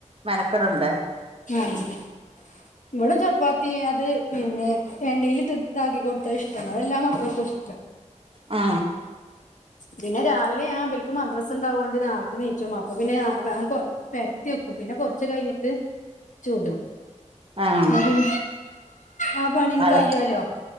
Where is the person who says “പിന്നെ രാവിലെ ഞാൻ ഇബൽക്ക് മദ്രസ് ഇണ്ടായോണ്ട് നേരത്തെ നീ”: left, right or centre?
Left